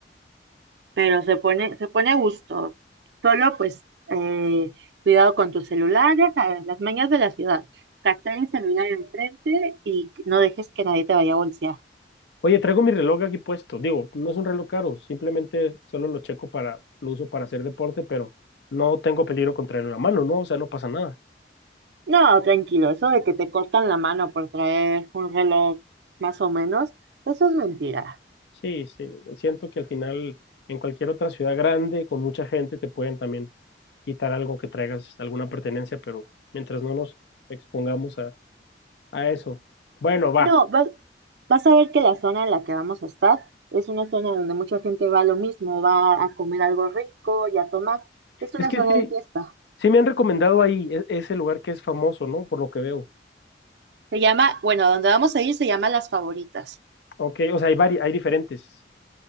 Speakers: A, on the right; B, on the left.
A: pero se pone, se pone a gusto. Solo pues eh, cuidado con tus celulares, ¿sabes? Las mañas de la ciudad. Captar el celular enfrente y no dejes que nadie te vaya a bolsear.
B: Oye, traigo mi reloj aquí puesto, digo, no es un reloj caro, simplemente solo lo checo para, lo uso para hacer deporte, pero no tengo peligro contra la mano, ¿no? O sea, no pasa nada.
A: No, tranquilo, eso de que te cortan la mano por traer un reloj más o menos, eso es mentira.
B: Sí, sí, siento que al final en cualquier otra ciudad grande con mucha gente te pueden también quitar algo que traigas, alguna pertenencia, pero mientras no nos expongamos a, a eso. Bueno, va.
A: No, va- vas a ver que la zona en la que vamos a estar es una zona donde mucha gente va a lo mismo, va a comer algo rico y a tomar. Es una
B: Es que
A: zona
B: sí,
A: de fiesta.
B: sí me han recomendado ahí e- ese lugar que es famoso, ¿no? Por lo que veo.
A: Se llama, bueno, donde vamos a ir se llama Las Favoritas.
B: Ok, o sea, hay vari- hay diferentes.